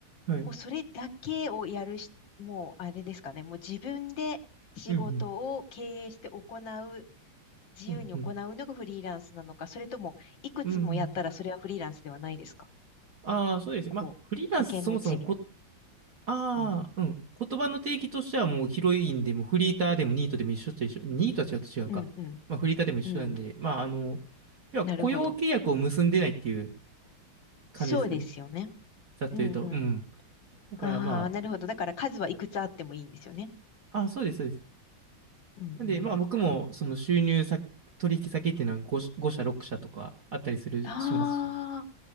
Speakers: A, on the right; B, on the left.
A: はい。はい。
B: う、もうそれだけをやるし、もうあれですかね、もう自分で仕事を経営して行う、
A: うん、
B: 自由に行うのがフリーランスなのか、
A: うん、うん、うん。
B: それともいくつもやったらそれはフリーランスではないですか
A: うんああ、そうですね。
B: こう、
A: まあ、フリーランスそもそもこ、
B: 掛け持ちみたい
A: ああ、
B: な。うん
A: うん。言葉の定義としてはもうヒロインでもフリーターでもニートでも一緒っちゃ一緒。ニートは違うと違うか。
B: うん。うんうん。
A: まあ、フリーターでも一緒なんで、
B: うんうん。
A: まあ、あの、要は雇用契約を結んでないっていう
B: なるほど。
A: 感じですよね。
B: そうですよね。
A: ざっと言うと。
B: うんうん。
A: うん。だからま
B: ああ、なるほど。だから数はいくつあってもいいんですよね。
A: あ、あ、そうです、そうです。
B: うんうんうん。
A: なんで、まあ僕もその収入先、取引先っていうのは5社、ご社、6社とかあったりする、
B: ああ、
A: しますし。